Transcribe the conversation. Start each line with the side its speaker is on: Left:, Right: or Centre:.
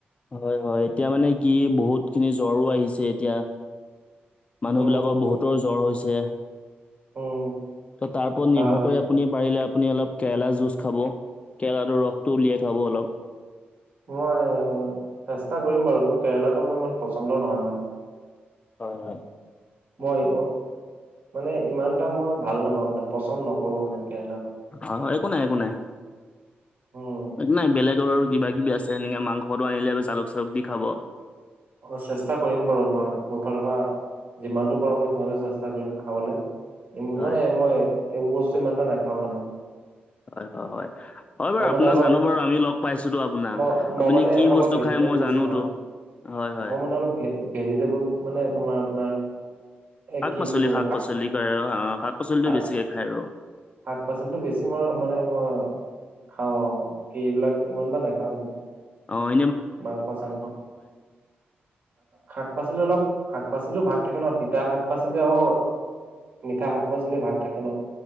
Left: হয় হয় এতিয়া মানে কি বহুত খিনি জ্বৰো আহিছে এতিয়া। মানুহ
Right: উম উম
Left: বিলাকৰ বহুতৰ জ্বৰ হৈছে
Right: উম
Left: ত' তাৰ ওপৰত
Right: হয়
Left: নিৰ্ভৰ
Right: হয়
Left: কৰি আপুনি পাৰিলে আপুনি অলপ কেৰেলা জুচ খাব কেৰেলাটোৰ ৰসটো উলিয়াই খাব অলপ।
Right: মই চেষ্টা কৰিম বাৰু কিন্তু কেৰেলাতো মোৰ ইমান পচন্দ নহয় মানে।
Left: হয় হয়।
Right: মই মানে ইমানটা মই ভাল নাপাওঁ মানে পচন্দ নকৰোঁ মানে কেৰেলাটো।
Left: অ একো নাই একো নাই।
Right: উম
Left: নাই বেলেগৰ আৰু কিবা কিবি আছে সেনেকে মাংসটো আনিলে জালুক চালুক দি খাব।
Right: অঁ, চেষ্টা কৰিম বাৰু মই মোৰ ফালৰ পৰা। যিমানটো পাৰো মই সিমানটো চেষ্টা কৰিম খাবলৈ।
Left: হয়
Right: মানে মই এইবোৰ বস্তু ইমান এটা নাখাও মানে।
Left: হয় হয় হয়। হয় বাৰু
Right: মই মানে
Left: আপোনাক
Right: অলপ
Left: জানো বাৰু আমি লগ পাইছোতো আপোনাক
Right: মই মই
Left: আপুনি
Right: মানে
Left: কি
Right: মই
Left: বস্তু
Right: অলপ ভেজিটেবল
Left: খাই মই
Right: বেছি
Left: জানোতো।
Right: খাওঁ
Left: হয় হয়।
Right: মই মানে অলপ ভেজিটেবল মানে তোমাৰ আপোনাৰ। এ
Left: শাক
Right: কি
Left: পাচলি
Right: বুলি ক'ম
Left: শাক পাচলি কৰে আৰু শাক পাচলিটো
Right: শা-
Left: বেছিকে খায় আৰু।
Right: শাক পাচলিটো বেছি মাৰ মানে মই খাওঁ আৰু কি এইবিলাক ইমানটা নাখাওঁ।
Left: অঁ।
Right: মাংস সাংস। শাক পাচলি অলপ শাক পাচলিও ভাগ থাকে ন তিতা শাক পাচলি আৰু মিঠা শাক পাচলি ভাগ থাকে ন